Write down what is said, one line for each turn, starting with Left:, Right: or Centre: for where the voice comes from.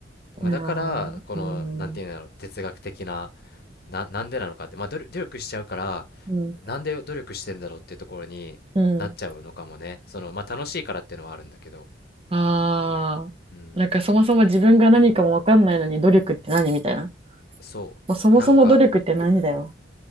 Left: まあ、
Right: いやー、
Left: だから、この、
Right: うーん、
Left: なんていうんだろう、哲学的な、な、なんでなのかって、まあ、努力努力しちゃうから、
Right: うん、
Left: なんで努力してんだろうっていうところになっちゃうのかもね。
Right: うん。
Left: その、まあ、楽しいからっていうのはあるんだけど、
Right: ああ、
Left: うん、
Right: なんかそもそも自分が何かもわかんないのに努力って何みたいな。
Left: そう。
Right: まあ、そもそも努力って何だよ。
Left: なんか、